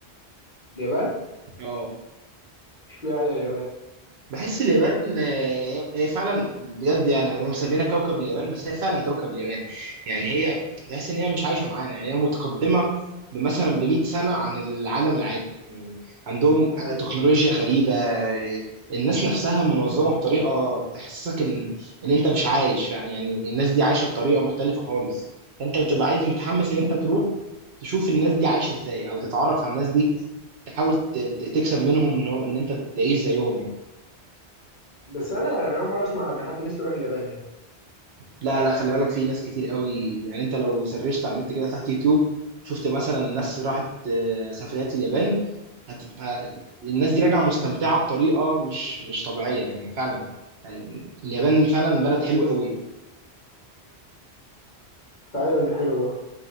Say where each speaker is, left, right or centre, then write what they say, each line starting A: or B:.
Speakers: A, on the left (about 45°); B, on the right (about 70°).
A: اليابان
B: أه
A: اشمعنى اليابان
B: بحس اليابان آه، هي فعلا بجد يعني هم مسمينها كوكب اليابان بس هي فعلا كوكب اليابان يعني هي تحس ان هي مش عايشه معانا يعني هي متقدمه مثلا ب 100 سنه عن العالم العادي يعني عندهم
A: ايوه
B: تكنولوجيا غريبه آه، الناس نفسها منظمه بطريقه تحسسك ان ان انت مش عايش يعني يعني الناس دي عايشه بطريقه مختلفه خالص فانت بتبقى عايز متحمس ان انت تروح تشوف الناس دي عايشه ازاي او تتعرف على الناس دي تحاول ت- ت- تكسب منهم انه ان انت تعيش زيهم يعني
A: بس انا انا اول مره اسمع ان حد نفسه يروح اليابان يعني
B: لا لا خلي بالك في ناس كتير قوي يعني انت لو سرشت على النت كده تحت يوتيوب شفت مثلا ناس راحت آه، سفريات اليابان هت... ه- الناس دي راجعه مستمتعه بطريقه مش مش طبيعيه يعني فعلا يعني اليابان فعلا بلد حلو قوي يعني.
A: تايلاند حلو برضه